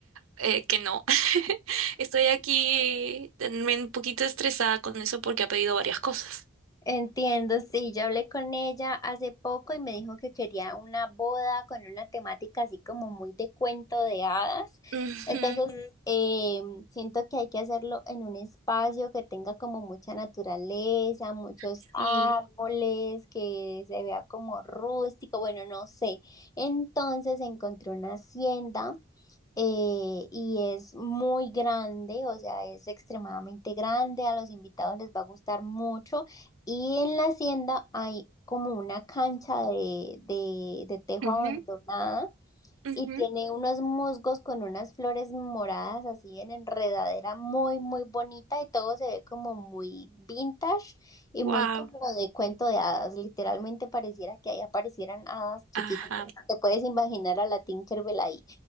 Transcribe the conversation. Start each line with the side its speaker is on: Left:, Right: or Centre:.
Right: eh, que no. <laughs> Estoy aquí también un poquito estresada con eso porque ha pedido varias cosas.
Left: Entiendo, sí, yo hablé con ella hace poco y me dijo que quería una boda con una temática así como muy de cuento de hadas.
Right: Ujú,
Left: Entonces, Ujú. eh, siento que hay que hacerlo en un espacio que tenga como mucha naturaleza, muchos
Right: Sí.
Left: árboles, que se vea como rústico, bueno, no sé. Entonces encontré una hacienda. eh, y es muy grande, o sea, es extremadamente grande, a los invitados les va a gustar mucho. Y en la hacienda hay como una cancha de, de, de tejo
Right: Ujú,
Left: abandonada
Right: ujú.
Left: y tiene unos musgos con unas flores moradas así en enredadera muy, muy bonita y todo se ve como muy vintage y
Right: Wow.
Left: muy como de cuento de hadas. Literalmente pareciera que ahí aparecieran hadas chiquititas.
Right: Ajá.
Left: Te puedes imaginar a la Tinkerbell ahí.